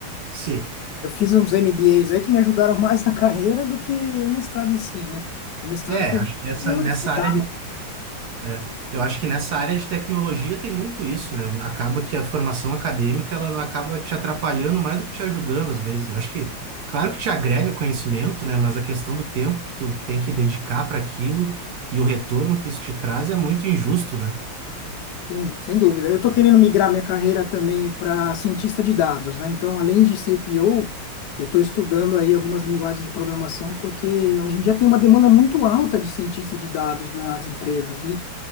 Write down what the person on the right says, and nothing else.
Sim.
É,
acho que essa,
nessa
área de É, eu acho que nessa área de tecnologia tem muito isso, né? Acaba que a formação acadêmica ela acaba te atrapalhando mais do que te ajudando às vezes, né? Acho que, claro que te agrega conhecimento, né? Mas a questão do tempo que tu tem que dedicar para aquilo e o retorno que isso te traz é muito injusto, né?